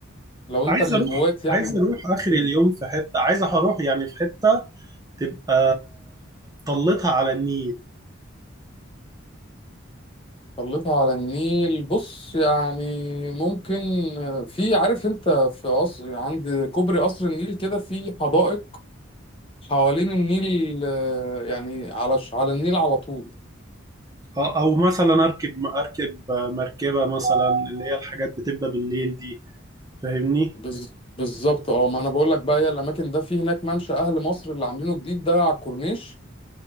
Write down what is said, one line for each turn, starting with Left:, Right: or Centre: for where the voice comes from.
Left: لو انت
Right: عايز
Left: من
Right: أروح
Left: هواة يعني
Right: عايز أروح آخر
Left: مم.
Right: اليوم في حتة عايز أروح يعني في حتة تبقى طلتها على النيل
Left: طلتها على النيل بص يعني ممكن في عارف انت في قصر عند كوبري قصر النيل كده في حدائق حوالين النيل آه، يعني على ش- على النيل على طول
Right: اه او مثلا اركب اركب مركبه مثلا اللي هي الحاجات بتبقى بالليل دي فاهمني
Left: بز- بالظبط اه ما انا بقول لك بقى هي الاماكن ده في هناك ممشى اهل مصر اللي عاملينه جديد ده على الكورنيش